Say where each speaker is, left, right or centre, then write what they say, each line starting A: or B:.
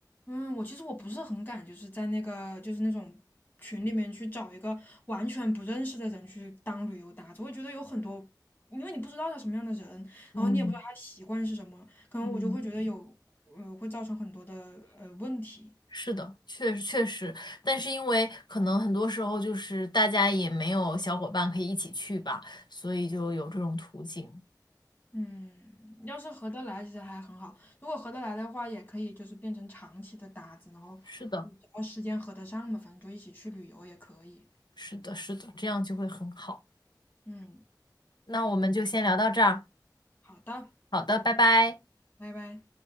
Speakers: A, on the left; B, on the left.
A: 嗯，我其实我不是很敢，就是在那个就是那种群里面去找一个完全不认识的人去当旅游搭子，我觉得有很多，因为你不知道他什么样的人，
B: 嗯
A: 然后你也不知道他习惯是什么，可能我就会觉得有呃会造成很多的呃问题。
B: 嗯。是的，确实确实，但是因为可能很多时候就是大家也没有小伙伴可以一起去吧，所以就有这种途径。
A: 嗯，要是合得来，其实还很好。如果合得来的话，也可以就是变成长期的搭子，然后嗯只要时间合得上嘛，
B: 是的，
A: 反正就一起去旅游也可以。
B: 是的，是的，这样就会很好。
A: 嗯，
B: 那我们就先聊到这儿，
A: 好的，
B: 好的，拜拜。
A: 拜拜。